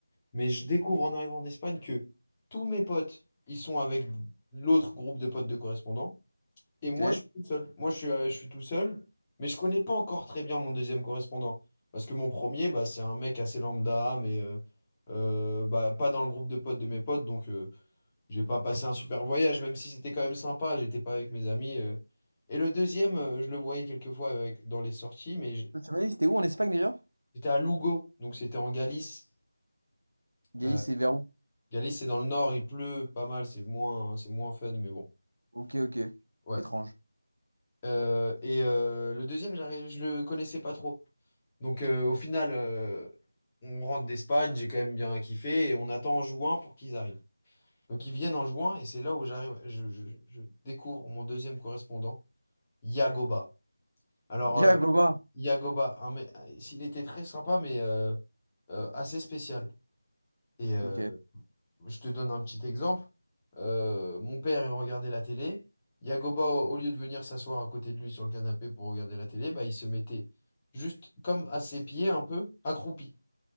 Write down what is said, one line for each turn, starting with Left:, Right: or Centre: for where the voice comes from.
Left: mais je découvre en arrivant en Espagne que tous mes potes, ils sont avec l'autre groupe de potes de correspondants et
Right: Ok.
Left: moi, je suis tout seul. Moi, je suis, euh, je suis tout seul, mais je connais pas encore très bien mon deuxième correspondant parce que mon premier, bah, c'est un mec assez lambda, mais euh, euh, bah, pas dans le groupe de potes de mes potes, donc. euh, j'ai pas passé un super voyage, même si c'était quand même sympa. J'étais pas avec mes amis. euh. Et le deuxième, euh, je le voyais quelquefois avec, dans les sorties, mais j-
Right: Tu m'as dit, c'était où en Espagne déjà?
Left: j'étais à Lugo, donc c'était en Galice.
Right: Galice,
Left: Euh,
Right: c'est vers où?
Left: Galice, c'est dans le nord, il pleut pas mal, c'est moins, hein, c'est moins fun, mais bon.
Right: Ok, ok.
Left: Ouais.
Right: Étrange.
Left: Euh, et euh, le deuxième, j'arri- je le connaissais pas trop. Donc euh, au final, euh, on rentre d'Espagne, j'ai quand même bien kiffé, et on attend en juin pour qu'ils arrivent. Donc ils viennent en juin, et c'est là où j'arrive, je, je- je découvre mon deuxième correspondant, Yagoba. Alors, euh,
Right: Yagoba.
Left: Yagoba, un mec- s'il était très sympa, mais euh, euh, assez spécial. Et euh,
Right: Ok.
Left: je te donne un petit exemple. Euh, mon père, il regardait la télé. Yagoba, au, au lieu de venir s'asseoir à côté de lui sur le canapé pour regarder la télé, bah, il se mettait juste comme à ses pieds, un peu accroupi.